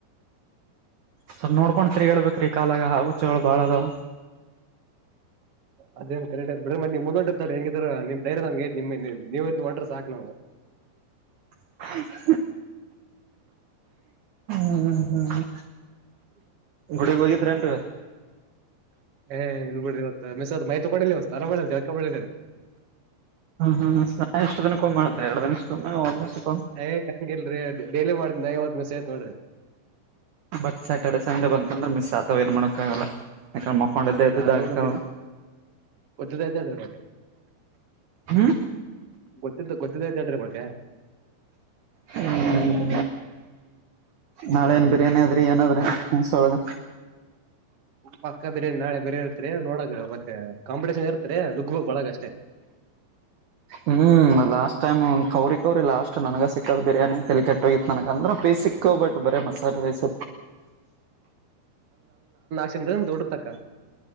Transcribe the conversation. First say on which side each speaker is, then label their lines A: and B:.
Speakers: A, on the right (about 65°); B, on the right (about 45°).
A: ಸಲ್ ನೋಡ್ಕೊಂಡ ತಿರ್ಗಡ್ಬೇಕ್ರಿ ಕಾಲಾಗ ಹಾವು ಚೇಳು ಬಾಳ್ ಅದಾವ
B: ಅದೇ ಕರೆಕ್ಟ್ ಆಗ್ ಬಿಡ್ರ ಮತ್ತೆ ನೀ್ ಮುಂದ ಹೊಂಟರ್ತಾರೆ ಹೆಂಗಿದ್ರ ನಿಮ ದೈರ್ಯದಂಗ ನಿ ನೀವು ಒಂಟ ಸಾಕ್ ನ್ <unintelligible>
A: <inaudible> ಹ್ಮ ಹ್ಮ್ ಹ್ಮ್ ಗುಡಿಗ್ ಹೋಗಿದ್ರ ನ್
B: ಏ ಇಲ್ ಬಿಡ್ರಿ ಇವತ್ ಮ್ದ ಮೈ ತೊಗೊಂಡ ಅಲ ಮಾಡಲ್ ಅಕಿಲ್ಲ
A: ಹ್ಮ್ ಹ್ಮ್ ಎಷ್ಟು ದಿನಕ್ಕೊಮ್ಮೆ ಮಾಡ್ತಾರೆ ಎರಡು ದಿನಕ್ಕೊಮ್ಮೆ
B: ಏ್ ಹೆಂಗಲ್ರಿ ಡೈಲಿ ಮಾಡಿದ್ ನೈವತ್ ಸೇತ್ ನೋಡ್ರಿ
A: ಬಟ್ ಸ್ಯಾಟರ್ಡೆ ಸಂಡೇ ಬಂದಕಂದ್ರೆ ಮಿಸ್ ಆತಾವ ಏನ್ ಮಾಡೋಕ್ ಆಗಲ್ಲ ಯಾಕಂದ್ರೆ ಮಕ್ಕೊಂಡಿದ್ದೆ ಎದ್ದಿದ್ದ
B: ನಾರ್ಮಲ್
A: ಆಗ್ತಾವ
B: ಮದ್ ಗೊತ್ತಿದ್ದಐತ ಹೇಳ್ರಿ ಮತ್ತೆ
A: ಹ್ಮ್
B: ಗೊತ್ತ ಗೊತ್ತಿದ್ದೈತ ಹೇಳ್ರಿ ಮತ್ತೆ
A: ಹ್ಮ್ ನಾಳೆ ಏನ್ ಬಿರಿಯಾನಿ ಆದದ್ರಿ ಏನದ್ರಿ ಮೇಸೊಳಗ
B: ಪಕ್ಕ ಬಿರ್ಯಾನಿ ನಾಳೆ ಬಿರ್ಯಾನಿ ಇರ್ತ್ರಿ ನೋಡಕ್ ಮತ್ತೆ ಕಾಂಪಿಟೇಷನ್ ಇರ್ತರಿ ದುಗ್ಬಕ್ ಒಳಗಷ್ಟೇ
A: ಹ್ಮ್ ಲಾಸ್ಟ್ ಟೈಮ್ ಕೌರಿ ಕವ್ರರಿ ಲಾಸ್ಟ್ ನನ್ಗ ಸಿಕ್ಕದ ಬಿರಿಯಾನಿ ತಲಿ ಕಟ್ಟೋಗಿತ್ ನನಗ ಅಂದ್ರ ಫ್ರೀ ಸಿಕ್ಕ ಬಟ್ ಬರ ಮಸಾಲೆ ರೈಸ್
B: ಚಡರ್ತಕ್ಕ